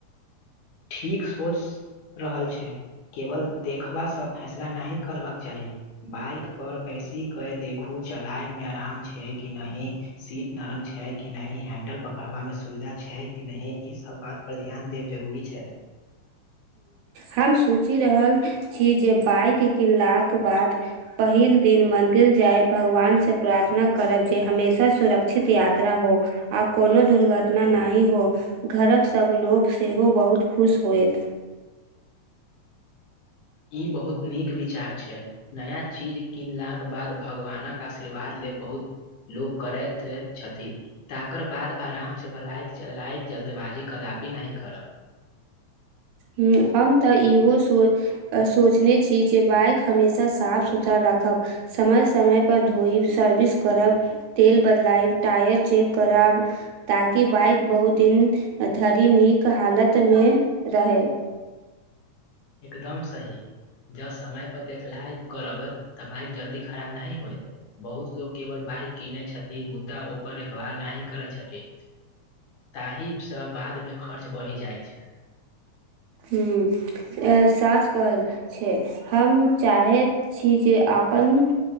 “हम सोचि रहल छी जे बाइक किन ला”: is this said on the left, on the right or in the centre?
Right